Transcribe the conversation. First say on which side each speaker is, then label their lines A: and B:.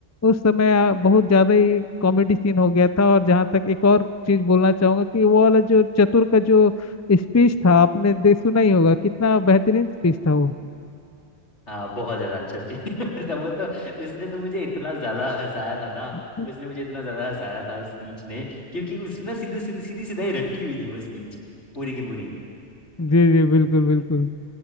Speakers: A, on the left; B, on the left.
A: उस समय आ, बहुत ज्यादा ही कॉमेडी सीन हो गया था और जहाँ तक एक और चीज बोलना चाहूंगा कि वो वाला जो चतुर का जो स्पीच था आपने दे सुना ही होगा कितना बेहतरीन स्पीच था वो
B: हाँ बहुत ज्यादा अच्छा थी <laughs> तो वो तो उसने तो मुझे इतना ज्यादा हंसाया था ना
A: <laughs>
B: उसने मुझे इतना ज्यादा हंसाया था उस स्पीच ने क्योंकि उसने ना सीधे सीधे सीधी सीधा ही रटी हुई थी वो स्पीच पूरी की पूरी
A: जी जी बिल्कुल बिल्कुल